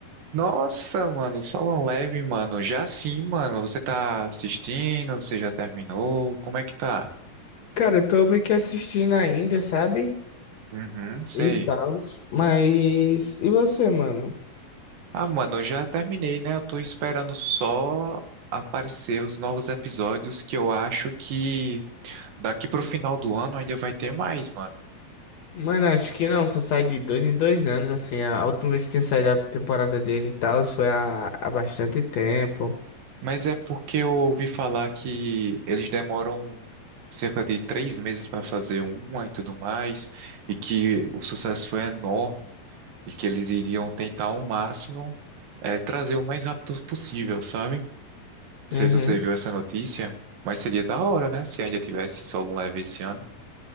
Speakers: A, on the right; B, on the left.
A: Nossa, mano, só uma leve, mano. Já sim, mano, você tá assistindo? Você já terminou? Como é que tá?
B: Cara, eu tô meio que assistindo ainda, sabe?
A: Uhum. Sei.
B: E tal. Mas. E você, mano?
A: Ah, mano, eu já terminei, né? Eu tô esperando só aparecer os novos episódios que eu acho que daqui pro final do ano ainda vai ter mais, mano.
B: Mano, acho que não, só sai de dois em dois anos, assim. A última vez que tinha saído a temporada dele e tal foi há, há bastante tempo.
A: Mas é porque eu ouvi falar que eles demoram cerca de três meses para fazer uma e tudo mais, e que o sucesso foi enorme, e que eles iriam tentar ao máximo eh, trazer o mais rápido possível, sabe? Não
B: Uhum.
A: sei se você viu essa notícia, mas seria da hora, né? Se ainda tivesse solo um leve esse ano.